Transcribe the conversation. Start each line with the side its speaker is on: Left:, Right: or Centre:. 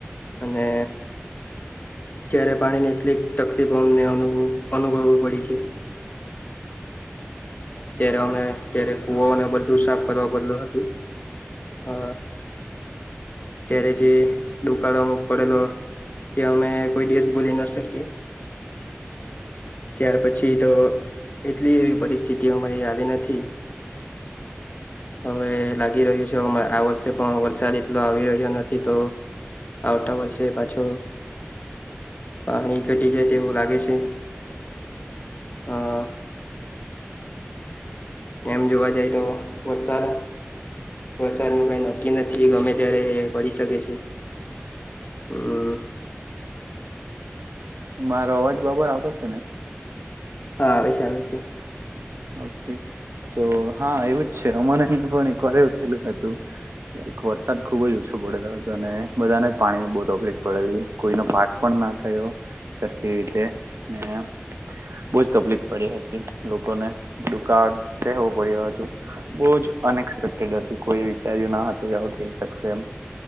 Left: અને ત્યારે પાણીની એટલીક તકલીફો અમને અનુ અનુભવવી પડી છે ત્યારે અમે ત્યારે કુવને બધું સાફ કરવા બદલું હતું અ ત્યારે જે દુકાળમાં પડેલો તે અમે કોઈ દિવસ ભૂલી ના શકી ત્યાર પછી તો એટલી એવી પરિસ્થિતિ અમારી આવી નથી અ હવે લાગી રહ્યું છે આ વર્ષે પણ વરસાદ એટલો આવી રહ્યો નથી તો આવતા વર્ષે પાછો પાણી ઘટી જાય તેવું લાગે છે આ એમ જોવા જાય તો વરસાદ વરસાદ ન કઈ નક્કી નથી ગમે ત્યારે એ પડી શકે છે હમ
Right: મારો અવાજ બબર આવડો છે ને
Left: હા આવેશે આવેશેે
Right: ઓ સો હા એવું જ છે હમને અહી પણ એકવાર એવું થયેલું હતું કે વરસાદ ખુબ જ ઓછો પડેલો હતો ને બધાને જ પાણીની બહુ તકલીફ પડેલી કોઈનો પાક પણ ના થયો સરખી રીતે ને બહુજ તકલીફ પડી હતી લોકોને દુકાળ સહેવો પડ્યો હતું બહુ જ અનએક્સપેક્ટેડ હત કોઈએ વિચાર્યું ના હતું કે આવું થઈ શકશે એમ